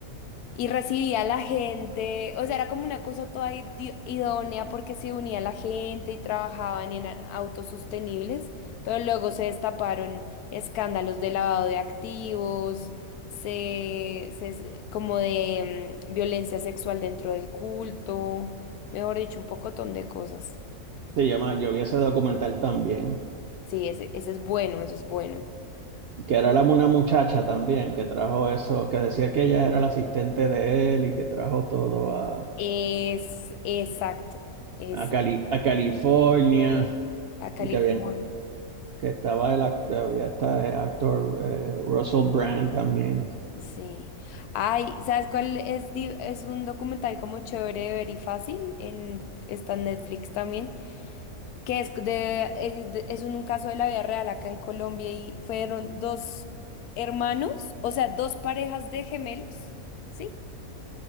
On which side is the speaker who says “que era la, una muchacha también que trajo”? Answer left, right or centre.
Right